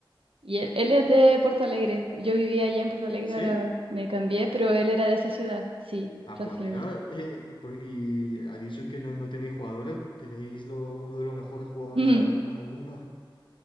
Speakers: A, on the right; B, on the left.
A: Y él, él es de Porto Alegre. Yo vivía allá en Porto Alegre,
B: ¿Sí?
A: ahora me cambié, pero él era de esa ciudad. Sí,
B: Ah,
A: Rafinha.
B: pues mira, <laughs> eh, por- y ha dicho que no, no tenéis jugadores, tenéis lo- uno de los mejores jugadores
A: Mm.
B: ahora mismo
A: <laughs>
B: del mundo. <laughs>